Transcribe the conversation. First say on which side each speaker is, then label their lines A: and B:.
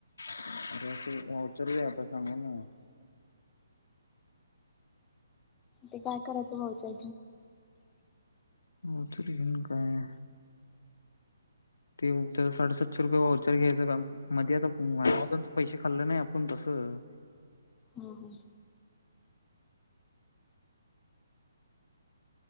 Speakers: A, on the left; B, on the left.
A: <unintelligible> अरे उचर आता सांगा ना
B: ते काय करायचं व्हाउचर.
A: उतरी घन का आहे. ते त्या साडेसातशे रुपये वउचर घ्यायचं मध्ये आता अमझॉनचे पैसे खाल्ल नाही आपण तसं, हम!
B: ह ह